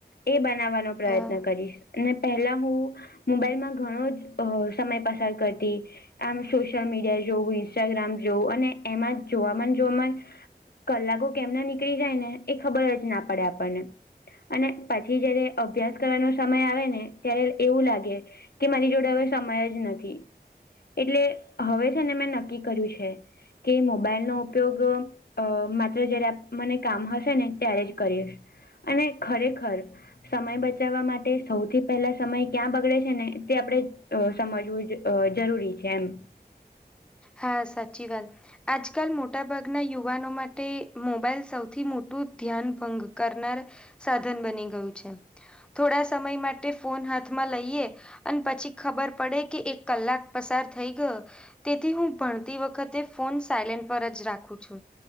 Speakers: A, on the left (about 70°); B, in the centre.
A: એ બનાવાનો પ્રયત્ન
B: હા
A: કરીશ. ને પહેલા હું મોબાઈલમાં ઘણો જ અ સમય પસાર કરતી. આમ સોશિયલ મીડિયા જોવું ઇન્સ્ટાગ્રામ જોવું અને એમાં જોવામાં જોવામાં કલાકો કેમના નીકળી જાય ને એ ખબર જ ના પડે આપણને. અને પછી જયારે અભ્યાસ કરવાનો સમય આવે ને ત્યારે એવું લાગે. કે મારી જોડે હવે સમય જ નથી. એટલે હવે છે ને મેં નક્કી કર્યું છે કે મોબાઈલ નો ઉપયોગ અ માત્ર જયારે આ મને કામ હશે ને ત્યારે જ કરીએ અને ખરેખર સમય બચાવા માટે સૌથી પહેલા સમય ક્યાં બગડે છે ને તે આપણેે અ સમજવું જ અ જરૂરી છે એમ.
B: હા સાચી વાત. આજકાલ મોટાભાગના યુવાનો માટે મોબાઈલ સૌથી મોટું ધ્યાન ભંગ કરનાર સાધન બની ગયું છે થોડા સમય માટે ફોન હાથમાં લઈએ. અને પછી ખબર પડે કે એક કલાક પસાર થઈ ગયો. તેથી હું ભણતી વખતે ફોન સાયલેન્ટ પર જ રાખું છું.